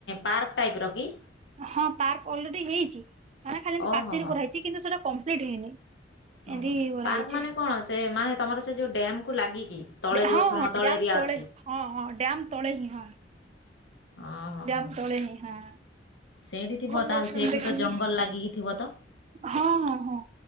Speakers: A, on the left (about 80°); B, on the right (about 35°).
A: ପାର୍କ ଟାଇପ୍ ର କି?
B: ହଁ ପାର୍କ ଅଲରେଡି ହେଇଛି ମାନେ ଖାଲି ଏମିତି
A: ଓହୋ
B: ପାଚେରି
A: ହୋ।
B: କରାହେଇଚି କିନ୍ତୁ ସେଟା କମ୍ପ୍ଲିଟ୍ ହେଇନି। ଏମିତି
A: ଓହୋ
B: କରାହେଇଛି
A: ପାର୍କ ମାନେ କଣ ସେ ମାନେ ତମର ସେ ଯୋଉ ଡ୍ୟାମ୍ କୁ ଲାଗିକି? ତଳେ ଯୋଉ
B: ହଁ
A: ସମତଳ
B: ହଁ ଡ୍ୟାମ
A: ଏରିଆ
B: ତଳେ
A: ଅଛି।
B: ହଁ ହଁ ଡ୍ୟାମ ତଳେ ହିଁ ହଁ।
A: ଓହୋ
B: ଡ୍ୟାମ
A: ହୋ
B: ତଳେ ହିଁ ହଁ।
A: ସେଇଠି ଥିବ
B: ଭଲ
A: ତାହେଲେ
B: ଲାଗୁଥିଲା
A: ସେଇଠୁ
B: ମୁଁ ଦେଖିକି
A: ତ ଜଙ୍ଗଲ ଲାଗିକି ଥିବ ତ?
B: ହଁ ହଁ ହଁ